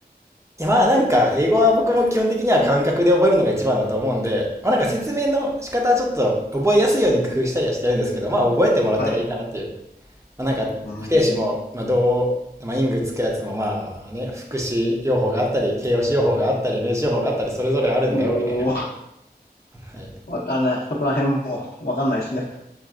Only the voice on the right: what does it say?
いやまあなんか、英語は僕も基本的には感覚で覚えるのが一番だと思うんで、まあなんか説明の仕方はちょっと覚えやすいように工夫したりはしてるんですけど、まあ覚えてもらったらいいかなっていう。
まあなんか、
不定詞も、まあどう、まあイングつくやつもまあね、副詞用法があったり、形容詞用法があったり、名詞用法があったり、それぞれあるんだよみたいな。
はい。